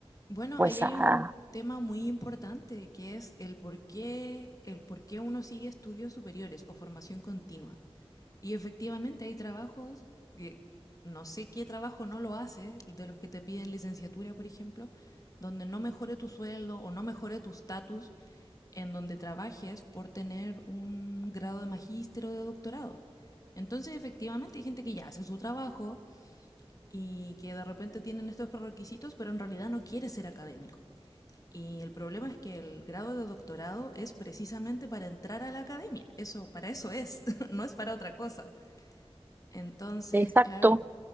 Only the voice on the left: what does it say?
Bueno,
ahí hay
un tema muy importante que es el por qué, el por qué uno sigue estudios superiores o formación continua. Y efectivamente hay trabajos que no sé qué trabajo no lo hace, de los que te piden licenciatura, por ejemplo, donde no mejore tu sueldo o no mejore tu estatus en donde trabajes por tener un grado de magíster o de doctorado. Entonces, efectivamente, hay gente que ya hace su trabajo, y que de repente tienen estos prerequisitos, pero en realidad no quiere ser académico. Y el problema es que el grado de doctorado es precisamente para entrar a la academia. Eso, para eso es, <laughs> no es para otra cosa. Entonces,
claro.